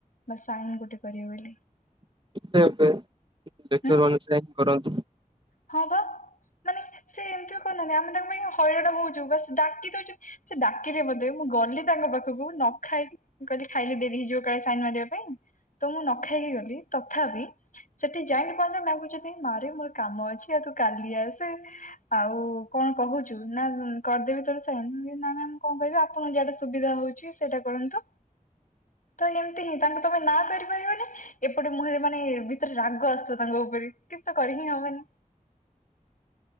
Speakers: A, on the left; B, on the right.
A: ବାସ ସାଇନ ଗୋଟେ କରିବି ବୋଲି।
B: ସେ ଏବେ ଲେକ୍ଚର
A: ହୁଁ।
B: ମାନେ ସାଇନ୍ କରନ୍ତୁ।
A: ହଁ ବା ମାନେ ସେ ଏମିତି କହୁନାହାନ୍ତି ଆମେ ତାଙ୍କ ପାଇଁ ହଇରାଣ ହଉଛୁ ବାସ୍ ଡାକି ଦଉଛନ୍ତି ସେ ଡାକିଲେ ମୋତେ ମୁଁ ଗଲି ତାଙ୍କ ପାଖକୁ ନ ଖାଇକି ମୁ କହିଲି ଖାଇଲେ ଡେରି ହେଇଯିବ କାଳେ ସାଇନ ମାରିବା ପାଇଁ। ତ ମୁଁ ନ ଖାଇକି ଗଲି ତଥାପି ସେଠି ଯାଇକ ପ କହୁଛନ୍ତି ମାରେ ମୋର କାମ ଅଛି ଅଛି ତୁ କଲି ଆସେ। ଆଉ କଣ କହୁଛୁ ନା କରିଦେବି ତୋର ସୋଇନ ନା ମ୍ୟାମ କଣ କହିବି ଆପଣଙ୍କ ଯାହାଟା ସୁବିଧା ହଉଛି। ସେଇଟା କରନ୍ତୁ ତ ଏମତି ହିଁ ତାଙ୍କୁ ତମେ ନା କରିପାରିବନି। ଏପଟେ ମୁହଁରେ ମାନେ ଭିତରେ ରାଗ ଆସୁଥବ ତାଙ୍କ ଉପରେ କିଛି ତ କରିହିଁ ହବନି।